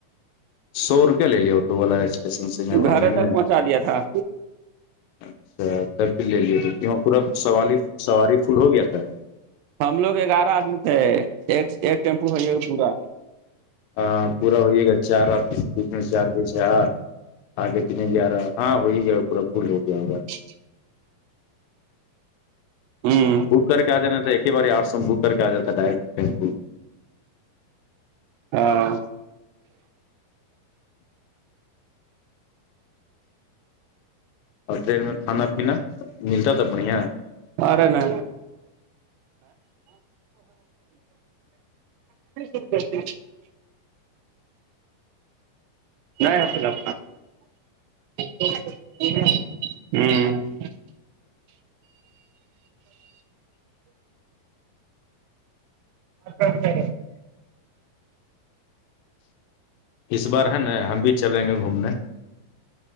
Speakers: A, on the left; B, on the right.
A: سو روپیہ لے لیا آٹو والا اسٹیشن سے یہاں
B: گھر
A: آنے
B: تک
A: میں
B: پہنچا دیا تھا
A: اچھا تب بھی لے لیے تو کہ وہاں پورا سواری سواری فل ہو گیا تھا
B: ہم لوگ گیارہ آدمی تھے ایک ایک ٹیمپو ہے یہ پورا
A: ہاں پورا ہوے گا چار بیچ میں چار بجس آٹھ آگے کتنے گیارہ ہاں ہو ہی گیا پورا فل ہو گیا ہوگا
B: ج <unintelligible> ہوں
A: بک کر کے آ جانا تھا ایک ہی بار آٹھ سو میں بک کر کے آ جا تھا ڈائریکٹ ٹیمپو
B: ہاں
A: اور ٹرین میں کھانا پینا ملتا تھا بڑھیا
B: ارے نہ <inaudible> نہیں آ ف لپ ہ <unintelligible> آچ ہے <unintelligible>
A: اس بار ہے نا ہم بھی چلیں گے گھومنے